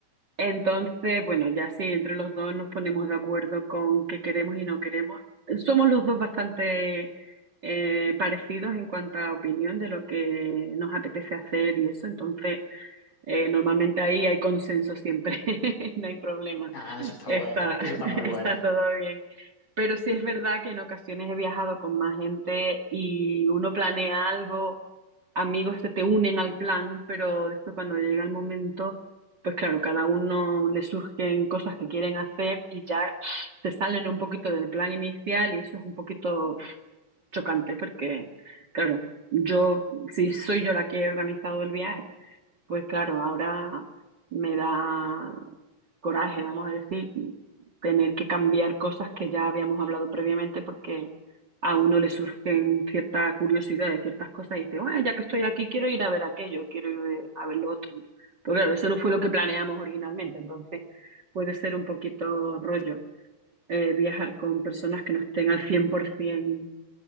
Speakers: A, on the right; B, on the left.
A: Entonces, bueno, ya sí, entre los dos nos ponemos de acuerdo con qué queremos y no queremos. Somos los dos bastante eh, parecidos en cuanto a opinión de lo que nos apetece hacer y eso, entonces Eh, normalmente ahí hay consenso siempre, <laughs> no hay problema,
B: Ah, eso está
A: está,
B: bueno, eso está
A: <laughs>
B: muy bueno.
A: está todo bien. Pero sí es verdad que en ocasiones he viajado con más gente y uno planea algo, amigos se te unen al plan, pero después cuando llega el momento, pues claro, cada uno le surgen cosas que quieren hacer y ya se salen un poquito del plan inicial y eso es un poquito chocante porque, claro, yo, si soy yo la que he organizado el viaje pues claro, ahora me da coraje, vamos a decir, tener que cambiar cosas que ya habíamos hablado previamente porque a uno le surgen cierta curiosidad de ciertas cosas y dice, bueno, ya que estoy aquí quiero ir a ver aquello, quiero ir a ver lo otro. Pero claro, eso no fue lo que planeamos originalmente, entonces puede ser un poquito rollo eh, viajar con personas que no estén al 100%